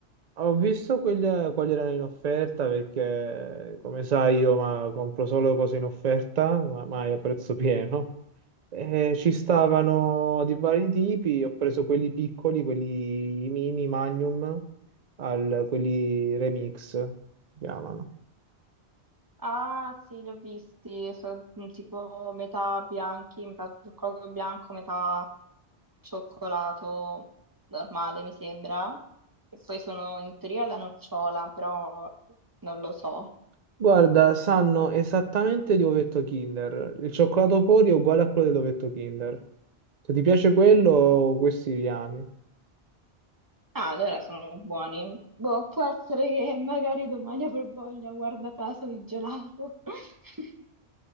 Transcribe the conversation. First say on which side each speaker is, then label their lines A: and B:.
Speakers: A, on the right; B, on the right.
A: Ho visto quelle- quali erano in offerta perché, come sai, io ma, compro solo cose in offerta, ma mai a prezzo <laughs> pieno. E ci stavano di vari tipi, ho preso quelli piccoli, quelli mini, Magnum, al- quelli Remix, si chiamano.
B: Ah, sì, li ho visti, sono tipo metà bianchi, metà cioccolato bianco, metà cioccolato normale, mi sembra. E poi sono in teoria alla nocciola, però non lo so.
A: Guarda, sanno esattamente di ovetto Kinder. Il cioccolato fuori è uguale a quello dell'ovetto Kinder. Se ti piace quello, questi li ami.
B: Ah, allora sono buoni. Boh, può essere che magari domani avrò voglia, guarda caso, di gelato. <laughs>